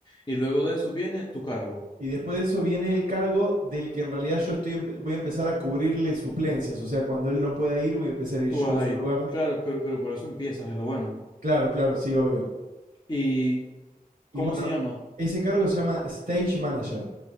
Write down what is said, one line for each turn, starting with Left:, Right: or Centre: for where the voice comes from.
Left: Y luego de eso viene tu cargo.
Right: Y después de eso viene el cargo del que en realidad yo estoy empe- voy a empezar a cubrirle suplencias, o sea, cuando él no pueda ir voy a empezar a ir
Left: Tú
Right: yo
Left: vas
Right: en
Left: ahí.
Right: su lugar.
Left: Claro, pero, pero por eso empiezas, es lo bueno.
Right: Claro, claro, sí, obvio.
Left: ¿Y
Right: Y
Left: cómo
Right: bueno,
Left: se llama?
Right: ese cargo se llama Stage Manager.